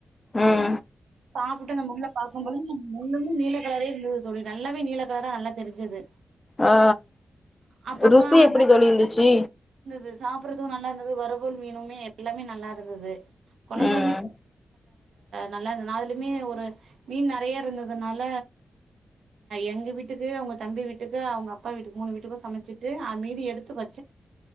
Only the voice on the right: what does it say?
சாப்ட்டு நம்ம உள்ள பார்க்கபோது இன்னு நீல கலரே இருக் தொழி நல்லாவே நீல கலரா நல்லா தெரிஞ்சது
அப்பப்ப
அதான்
இருந்தது சாப்பறதுக்கும் நல்லா இரு வருவல் மீனுமே எல்லாமே நல்லா இருந்தது குழம்புமே
நல்ல நல்லா நாலுமே ஒரு மீன் நிறைய இருந்ததுனால எங்க வீட்டுக்கு அவங்க தம்பி வீட்டுக்கு அவங்க அப்பா வீட்டு மூணு வீட்டுக்கும் சமைச்சி அது மீதி எடுத்து வச்சு